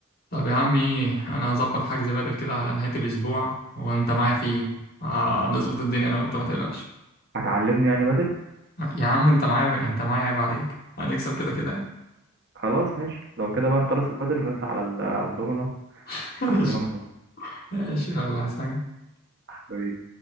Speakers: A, on the left; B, on the right.
A: طب يا عم ايه انا هظبط حجز بدل كده على نهايه الاسبوع وانت معايا فيه آه نظبط الدنيا انا وانت ما تقلقش
B: هتعلمني يعني بدل
A: يا عم انت معايا انت معايا عيب عليك هنكسب كده كده يعني
B: خلاص ماشي لو كده بقى نخلص البدل ونطلع على ال- على الدومنة
A: <laughs> ماشي
B: أعلمك
A: ماشي يلا عايز حاجه
B: دومنة